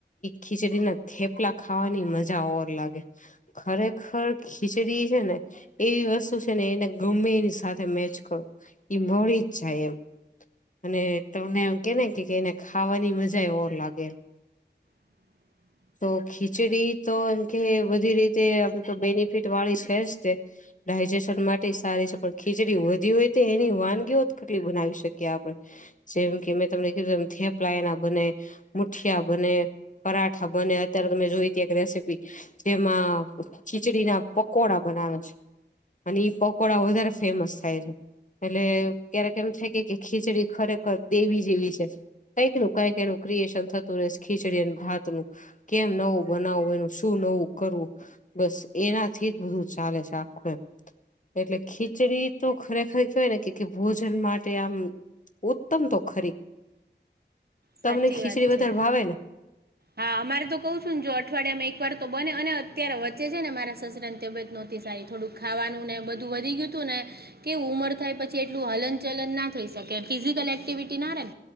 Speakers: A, on the left (about 45°); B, on the right (about 55°).
A: ખીચડીના થેપલા ખાવાની મજા ઓર લાગે ખરેખર ખીચડી છે ને એવી વસ્તુ છે ને એને ગમે એની સાથે મેચ કરો એ મળી જ જાય એમ અને તમને એ કેને કે એને ખાવાની મજા એ ઓવ લાગે
B: હ
A: તો ખીચડી તો એમ કે બધી રીતેમ તો બેનિફિટ વાળી છે જ તે ડાયજેશન માટે સારી છે પણ ખીચડી વધી હોય તો એની વાનગીઓ કેટલી બનાવી શકે કે આપડે જેમ કે મેં તમને કીધુંું થેપલાયા ના બને મુઠિયા બને પરાઠા બને અત્યારે મેં જોઈ ત એક રેસીપી જેમાં ખીચડી ના પકોડા બનાવે છે અને ઈ પકોડા વધારે ફેમસ થાય છે એટલે ક્યારેક એમ થાય કે ખીચડી ખરેખર દેવી જેવી છે કંઈક નું કઈક એનું ક્રિએશન થતું રહેસ ખીચડી અને ભાત નું કેમ નવું બનાવવું એનું શું નવું કરવું બસ એનાથી જ બધું ચાલે છે આખું એમ એટલે ખીચડી તો ખરેખર કેવાય ને કે ભોજન માટે આમ ઉત્તમ તો ખરી
B: સાચી
A: તમની ખીચડી
B: વાત છે
A: વધારે ભાવે ને
B: હા અમારે તો કઉ છું ને જો અઠવાડિયા માં એક વાર તો બને અને અત્યારે વચે છે ને મારા સસર તબિયત નહોતી સારી થોડુંક ખાવાનું ને બધું વધી ગયું હતું ને કે ઉમર થાય પછી એટલું હલન ચલન ના થઈ શકે ફિઝિકલ એક્ટિવિટી ના રેમ